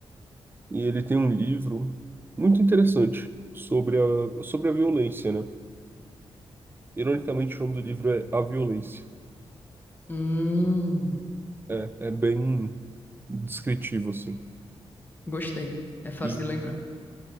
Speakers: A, on the right; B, on the left.
A: e ele tem um livro muito interessante sobre a, sobre a violência, né? Ironicamente, o nome do livro é A Violência.
B: Hum,
A: É, é bem descritivo, assim.
B: gostei. É fácil
A: E,
B: de lembrar.